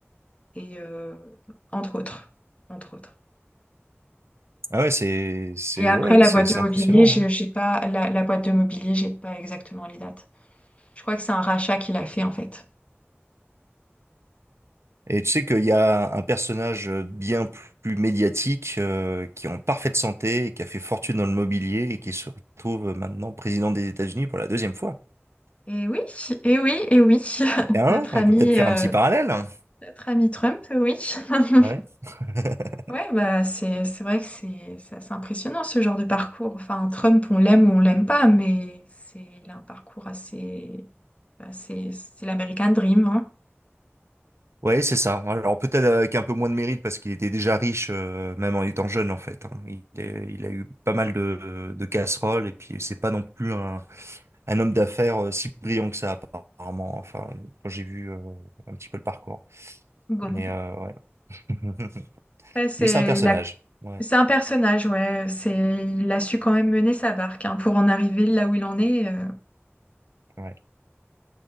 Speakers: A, on the left; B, on the right.
A: et euh, entre autres, entre autres.
B: Ah ouais, c'est, c'est,
A: Et après
B: ouais, ouais,
A: la
B: c'est,
A: boîte
B: c'est
A: de mobilier,
B: impressionnant.
A: j'ai
B: hein.
A: j'ai pas la, la boîte de mobilier, j'ai pas exactement les dates. Je crois que c'est un rachat qu'il a fait en fait.
B: Et tu sais qu'il y a un personnage euh, bien plus médiatique, euh, qui est en parfaite santé, et qui a fait fortune dans le mobilier et qui se retrouve maintenant président des États-Unis pour la deuxième fois.
A: Et oui, et oui, et oui. <laughs>
B: Et hein,
A: Notre
B: on
A: ami,
B: peut peut-être faire
A: euh,
B: un petit parallèle. hein.
A: notre ami Trump, oui. <laughs>
B: Ouais. <laughs>
A: Ouais, bah c'est c'est vrai que c'est c'est assez impressionnant ce genre de parcours. Enfin, Trump, on l'aime ou on l'aime pas, mais c'est il a un parcours assez bah, c'est c'est l'American Dream, hein.
B: Ouais, c'est ça. Alors peut-être avec un peu moins de mérite parce qu'il était déjà riche, euh, même en étant jeune en fait. hein. Il est- il a eu pas mal de, de casseroles et puis c'est pas non plus un, un homme d'affaires euh, si brillant que ça apparemment. Enfin, quand j'ai vu euh, un petit peu le parcours.
A: Bon,
B: Mais euh, ouais. <laughs>
A: Ouais, c'est
B: Mais c'est un personnage.
A: il a-
B: Ouais,
A: c'est un personnage, ouais. C'est il a su quand même mener sa barque hein, pour en arriver là où il en est. euh.
B: ouais.